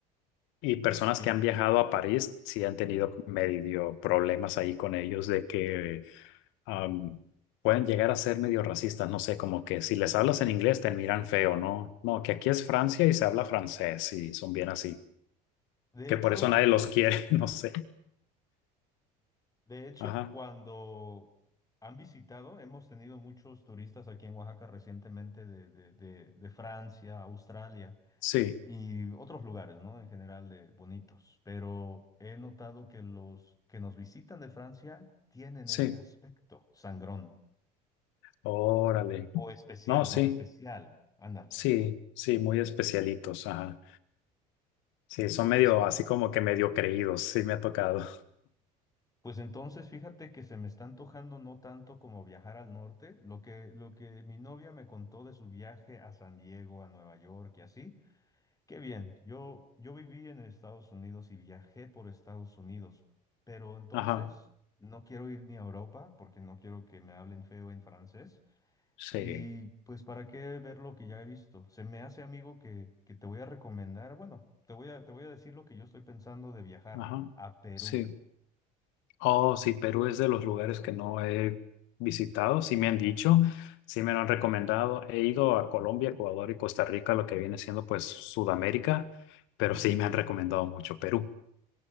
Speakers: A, on the left (about 70°); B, on the left (about 15°).
A: Y personas
B: Es que,
A: que han viajado a París sí han tenido medio problemas ahí con ellos de que am, pueden llegar a ser medio racistas, no sé, como que si les hablas en inglés te miran feo, ¿no? No, que aquí es Francia y se habla francés y son bien así,
B: de
A: que
B: hecho,
A: por eso nadie los quiere, <laughs> no sé.
B: de hecho,
A: Ajá,
B: cuando han visitado, hemos tenido muchos turistas aquí en Oaxaca recientemente de, de, de, de Francia, Australia
A: sí.
B: y otros lugares, ¿no? En general de bonitos. Pero he notado que los que nos visitan de Francia tienen
A: Sí.
B: ese aspecto sangrón
A: Órale.
B: o especial,
A: No, sí,
B: ¿no? Especial. Ándale.
A: sí, sí, muy especialitos. Ajá. Sí, son medio
B: Pues,
A: así como que medio creídos. Sí, me ha tocado.
B: pues entonces fíjate que se me está antojando no tanto como viajar al norte, lo que, lo que mi novia me contó de su viaje a San Diego, a Nueva York y así, qué bien, yo, yo viví en Estados Unidos y viajé por Estados Unidos, pero entonces
A: Ajá.
B: no quiero ir ni a Europa porque no quiero que me hablen feo en francés
A: Sí,
B: y pues para qué ver lo que ya he visto. Se me hace amigo que, que te voy a recomendar, bueno, te voy a, te voy a decir lo que yo estoy pensando de viajar
A: ajá.
B: a Perú.
A: Sí. Oh, sí, Perú es de los lugares que no he visitado. Sí, me han dicho, sí, me lo han recomendado. He ido a Colombia, Ecuador y Costa Rica, lo que viene siendo pues Sudamérica, pero sí me han recomendado mucho Perú.